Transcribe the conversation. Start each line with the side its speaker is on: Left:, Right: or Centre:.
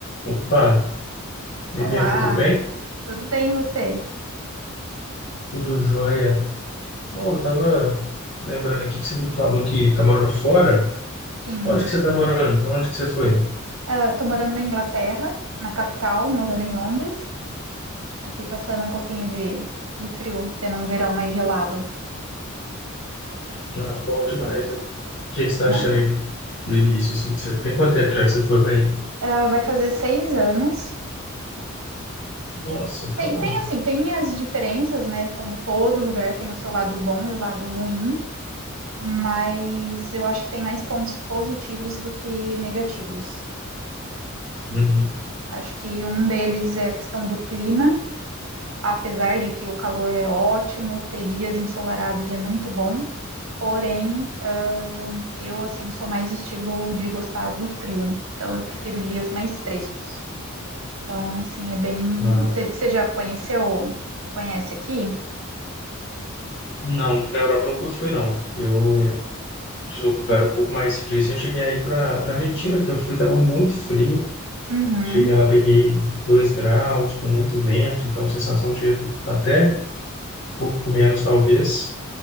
Left: Opa, e
Right: Olá,
Left: aí, Bianca, tudo bem?
Right: tudo bem você?
Left: Tudo jóia. Oh, eu tava lembrando aqui que você me falou que tá morando fora.
Right: Sim,
Left: Onde que você tá morando? Pra onde que você foi?
Right: estou tô morando na Inglaterra, na capital, morando em Londres, aqui passando um pouquinho de, de frio, tendo um verão mais gelado.
Left: Ah, bom demais, né? O que que você tá
Right: Não,
Left: achando aí do, do início, assim? que Você, tem quanto tempo já que você foi pra aí?
Right: Ah, vai fazer seis anos.
Left: Nossa, então...
Right: Tem, tem assim, tem as diferenças, né? Como todo lugar tem o seu lado bom e o lado ruim, mas eu acho que tem mais pontos positivos do que negativos.
Left: Uhum.
Right: Acho que um deles é a questão do clima. Apesar de que o calor é ótimo, ter dias ensolarados é muito bom, porém, ah, eu assim sou mais estilo de gostar do frio, então eu prefiro dias mais frescos. Então, assim, é bem.
Left: Ah,
Right: Você já conheceu? Você conhece aqui?
Left: não, pra Europa eu nunca fui, não. Eu, de lugar um pouco mais frio, assim, eu cheguei aí pra, pra Argentina, que eu fui, tava muito frio.
Right: Uhum.
Left: Cheguei lá, peguei dois graus, com muito vento, então a sensação de até pouco menos talvez,